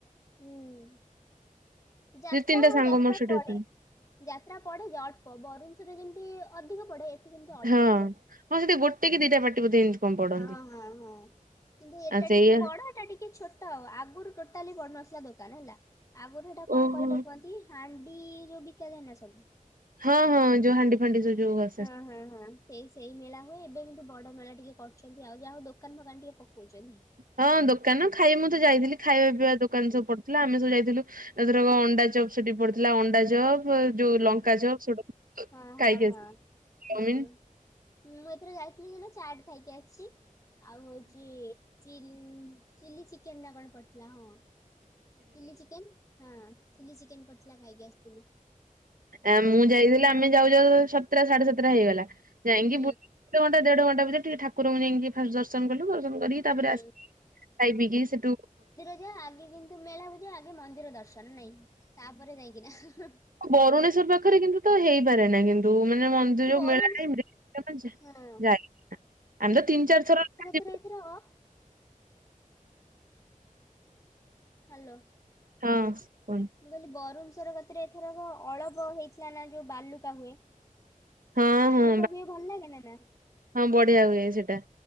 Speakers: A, on the left; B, on the right.
A: ହୁଁ ଯାତ୍ରା
B: ଦି ତିନିଟା
A: ହଁ
B: ସାଙ୍ଗ
A: ଯାତ୍ରା
B: ମୋର ସେଠି
A: ପଡେ।
B: ଅଛନ୍ତି।
A: ଯାତ୍ରା ପଡେ ଯେ ଅଳ୍ପ, ବାରୁନେଶ୍ୱର୍ ଯେମିତି ଅଧିକ ପଡେ। ସେମିତି ଅଳ୍ପ
B: ହଁ,
A: ପଡେ।
B: ହଁ ସେଠି ଗୋଟେ କି ଦିଟା ପାଟି ବୋଧେ। କଣ ପଡନ୍ତି
A: ହଁ-ହଁ-ହଁ କିନ୍ତୁ ଏଟା
B: ଆଉ ସେଇଆ
A: ଟିକେ ବଡ ଏଟା ଟିକେ ଛୋ ଟ। ଆଗରୁ ଟୋଟାଲି ପଡୁନଥିଲା ଦୋକାନ ହେଲା। ଆଗରୁ ହେଟା କଣ
B: ଓହୋ
A: କହିଲ କୁହନ୍ତି? ହାଣ୍ଡି ଯୋଉ ବିକା ଜାଏନା ସବୁ।
B: ହଁ-ହଁ ଯୋଉ ହାଣ୍ଡି ଫାଣ୍ଡି ଯୋଉ ଆ।
A: ହେଁ ହେଁ ହେଁ। ସେଇ ସେଇ ମେଳା ହୁଏ। ଏବେ କିନ୍ତୁ ବଡ ମେଳା ଟିକେ କରୁଚନ୍ତି, ଆଉ ଯାହାହୋଉ ଦୋକାନ ଫୋକାନ ଟିକେ ପକୋଉଚନ୍ତି।
B: ହଁ ଦୋକାନ ଖାଇ ମୁଁ ତ ଯାଇଥିଲି ଖାଇବା ପିଇବା ଦୋକାନ
A: ହୁଁ
B: ସବୁ ପଡ ଡିଥିଲା ଆମେ ସବୁ ଯାଇଥିଲୁ। ଏଥରକ ଅଣ୍ଡା ଚପ୍ ସେଠି ପଡିଥିଲା ଅଣ୍ଡା ଚପ୍। ଯୋଉ
A: ହୁଁ
B: ଲଙ୍କା ଚପ୍ ସେଉଡ଼ା
A: ହଁ ହଁ
B: ଖାଇକି
A: ହଁ।
B: ଆସଲି। ଚାଓମିନ୍
A: ହୁଁ। ମୁଁ ଏଥର ଯାଇଥିଲି ସେଦିନ ଚାଟ୍ ଖାଇକି ଆସଚି। ଆଉ ହୋଉଚି ଚିଲ ଚିଲି ଚିକେନ୍ ନା କଣ ପଡଥିଲା ହଁ। ଚିଲି ଚିକେନ୍ ହଁ ଚିଲି ଚିକେନ୍ ପଡଥିଲା। ଖାଇକି ଆସଥିଲି।
B: ଆ ମୁଁ ଯାଇଥିଲି ଆମେ ଯାଉ-ଯାଉ ସତରା ସାଢେ ସାତଟା ହେଇଗଲା। ଯାଇଙ୍କି
A: ହୁଁ
B: ବୁଲ ତନ ଦେଢ ଘଣ୍ଟା ଭିତରେ ଠାକୁରଙ୍କୁ ଯାଇଙ୍କି ଫାଷ୍ଟ ଦର୍ଶନ କଲୁ। ଦର୍ଶ କରିକି ତାପରେ
A: ହୁଁ
B: ଆସ ଖାଇ ପିଇକିି ସେଟୁ
A: ଜା ଆଗେ କିନ୍ତୁ ମେଳାକୁ ଜାଏ, ଆଗେ ମନ୍ଦିର ଦର୍ଶନ ନାଇଁ। ତାପରେ ଯାଇଙ୍କିନା।
B: ବରୁଣେଶ୍ଵର ପାଖରେ କିନ୍ତୁ ତ ହେଇପାରେନା। କିନ୍ତୁ ମାନେ ମନ ତୁ ଯୋଉ
A: ବରୁଣ
B: ମେଳାଟାଇମ ରେ ନାହିଁ
A: ହଁ
B: ଯ ଆମେ ତ ତିନି ଚାରି ଥର ଯିବୁ
A: ଥିରେ ଥିର ହୁଁ। ହାଲୋ।
B: ହଁ ଭଲ।
A: ମୁଁ କଇଲି ବରୁଣେଶ୍ୱର କତିରେ ଏଥରକ ଅଳପ ହେଇଥିଲା ନା ଯୋଉ ବାଲୁକା ହୁଏ?
B: ହଁ
A: ବାଲୁକା
B: ହଁ
A: ହୁଏ ଭଲ ଲାଗେ ନେନା?
B: ହଁ ବଢିଆ ହୁଏ ସେଟା।